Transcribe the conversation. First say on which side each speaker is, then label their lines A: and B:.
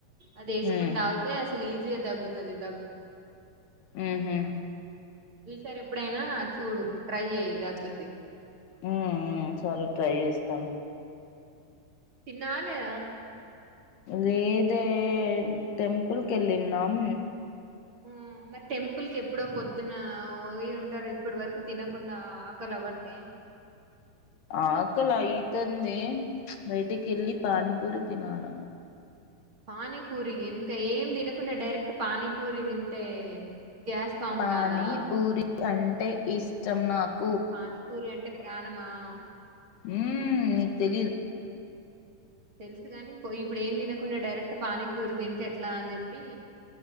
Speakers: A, on the right (about 30°); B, on the left (about 75°).
A: అది వేసుకుని
B: హ్మ్
A: అగితే అసలు ఈజిగా తగుతది దగ్గు
B: మ్మ్ హ్మ్
A: ఈసారి ఎప్ప ఇప్పుడైనా చూడు ట్రై చెయ్ తగ్గద్ది
B: మ్మ్ హ్మ్ సరే ట్రై చేస్తాం
A: తిన్నవా లేదా
B: లేదే టెంపుల్ కి వెళ్ళిన్నాం
A: ఆ మరి టెంపుల్ క ఎప్పుడో పొద్దున పో ఉంటారు ఇప్పటి వరకు తినకుండా ఆకలి అవ్వట్లే
B: ఆకలి అయితంది బయటికి వెళ్ళి పానీపూరి తినాల
A: పానీపూరి ఇంకా ఏం తినకుంటే డైరెక్ట్ పానీపూరి తింటే గ్యాస్ ఫామ్
B: పానీపూరి
A: కాదా
B: అంటే ఇష్టం నాకు
A: పానీపూరి అంటే ప్రాణమా ఆ
B: మ్మ్ నిక్ తెలీదా
A: తెలుసు కాని పో ఇప్పుడు ఏం తినకుండా డైరెక్ట్ పానీపూరి తింటే ఎట్లా అని చెప్పి